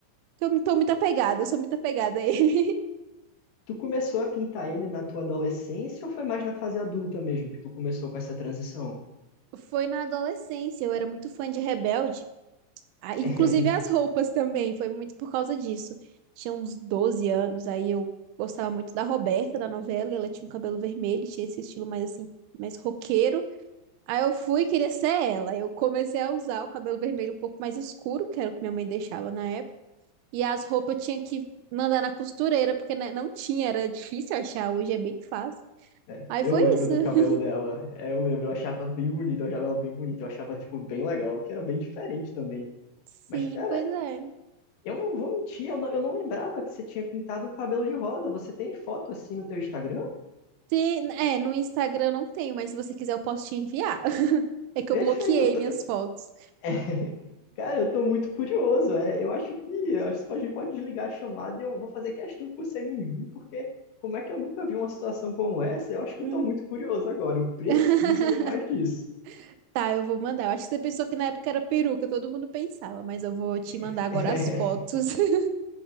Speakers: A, on the right; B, on the left.
A: Eu me- tô muito apegada, eu sou muito apegada a ele.
B: Tu começou a pintar ele na tua adolescência ou foi mais na fase adulta mesmo que tu começou com essa transição?
A: <laughs> Foi na adolescência, eu era muito fã de Rebelde. Ah, Inclusive
B: <laughs>
A: as roupas também, foi muito por causa disso. Tinha uns 12 anos, aí eu gostava muito da Roberta, da novela, e ela tinha um cabelo vermelho, tinha esse estilo mais assim, mais roqueiro. Aí eu fui e queria ser ela. Eu comecei a usar o cabelo vermelho um pouco mais escuro, que era o que minha mãe deixava na época. E as roupas eu tinha que mandar na costureira, porque né, não tinha, era difícil achar, hoje é bem fácil.
B: É,
A: Aí
B: eu
A: foi
B: lembro
A: isso.
B: do
A: <laughs>
B: cabelo dela. É, eu lembro, eu achava bem bonito, eu achava ela bem bonita, eu achava, tipo, bem legal, que era bem diferente também.
A: Sim,
B: Mas, cara,
A: pois é.
B: eu não vou mentir, eu não, eu não lembrava que você tinha pintado o cabelo de rosa. Você tem foto assim no teu Instagram?
A: Tem- é, no Instagram eu não tenho, mas se você quiser eu posso te enviar. <laughs> É que
B: Perfeito,
A: eu bloqueei
B: eu tô-
A: minhas
B: eu-
A: fotos.
B: <laughs> Cara, eu tô muito curioso. É, eu acho que eu acho que a gente pode desligar a chamada e eu vou fazer questão que você me envie, porque como é que eu nunca vi uma situação como essa? Eu acho que
A: Uhum.
B: eu tô muito curioso agora. Eu preciso
A: <laughs>
B: ver mais disso.
A: Tá, eu vou mandar. Eu acho que você pensou que na época era peruca, todo mundo pensava, mas eu vou te
B: <laughs>
A: mandar agora as fotos, <laughs>